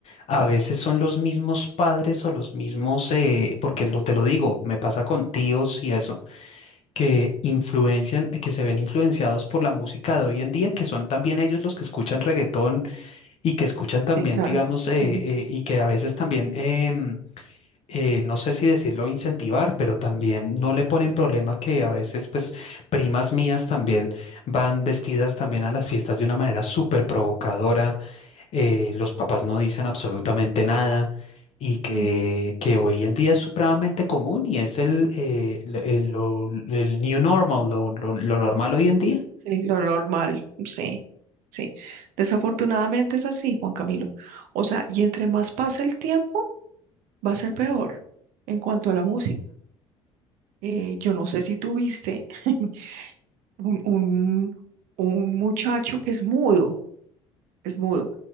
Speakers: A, on the left; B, on the right.
A: a veces son los mismos padres o los mismos, eh, porque lo, te lo digo, me pasa con tíos y eso que influencian, que se ven influenciados por la música de hoy en día, que son también ellos los que escuchan reggaetón y que escuchan también,
B: Sí, claro.
A: digamos, eh,
B: Mm,
A: eh, y que a veces también, em, eh, no sé si decirlo incentivar, pero también no le ponen problema que a veces, pues, primas mías también van vestidas también a las fiestas de una manera súper provocadora eh, los papás no dicen absolutamente nada y que,
B: mm,
A: que hoy en día es supremamente común y es el, eh, lo- el, lo- el new normal, lo, lo- lo normal hoy en día.
B: Sí, lo normal, sí, sí. Desafortunadamente es así, Juan Camilo. O sea, y entre más pasa el tiempo, va a ser peor en cuanto a la música. Eh, yo no sé si tú viste <laughs> un, un, un muchacho que es mudo, es mudo.